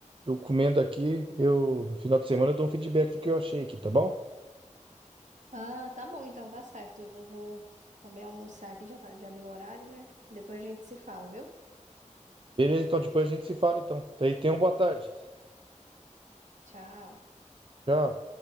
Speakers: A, on the right; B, on the right.
A: eu comendo aqui, eu, no final de semana eu dou um feedback do que eu achei aqui, tá bom?
B: Ah, tá bom, então tá certo. Eu vou também almoçar aqui, já, tá, já deu o horário, né? Depois a gente se fala, viu?
A: Beleza, então depois a gente se fala então. Daí tenha uma boa tarde.
B: Tchau.
A: Tchau.